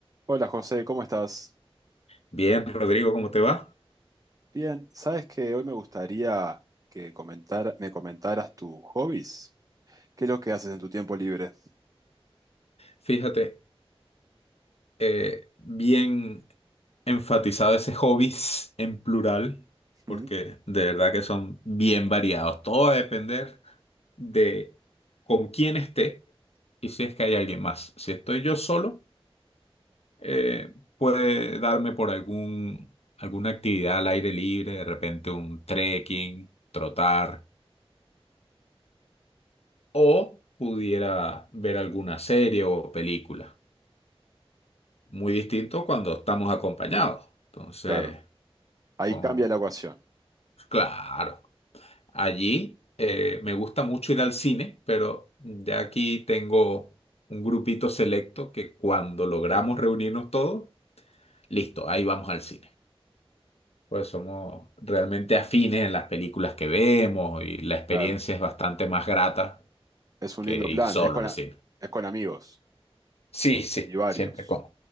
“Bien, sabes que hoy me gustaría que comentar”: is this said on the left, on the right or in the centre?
Right